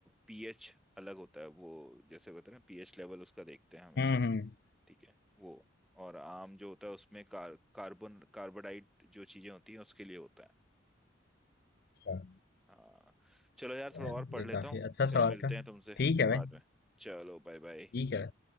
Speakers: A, in the centre; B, on the left (about 50°).
A: पीएच अलग होता है वो जैसे होता है ना पीएच लेवल उसका देखते हैं हमेशा
B: हम्म हम्म
A: ठीक है वो और आम जो होता है उसमें कार, कार्बन कार्बोडाइट जो चीजें होती हैं उसके लिए होता है
B: अच्छा
A: हाँ चलो यार थोड़ा
B: यार,
A: और पढ़
B: ये
A: लेता
B: काफी
A: हूँ
B: अच्छा
A: फिर
B: सवाल
A: मिलते
B: था
A: हैं तुमसे
B: ठीक है
A: बाद
B: भाई
A: में चलो बाय बाय
B: ठीक है